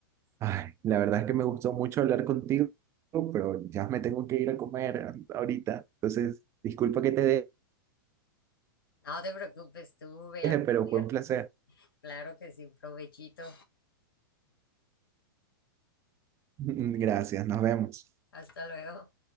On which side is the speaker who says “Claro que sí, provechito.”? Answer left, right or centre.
Left